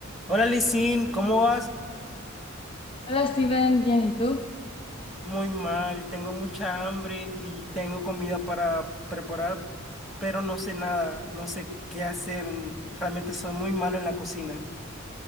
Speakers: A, in the centre; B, on the left.
A: Hola Lisin, ¿cómo vas?
B: Hola Steven, bien, ¿y tú?
A: Muy mal, tengo mucha hambre y tengo comida para preparar, pero no sé nada, no sé qué hacer. Realmente soy muy malo en la cocina.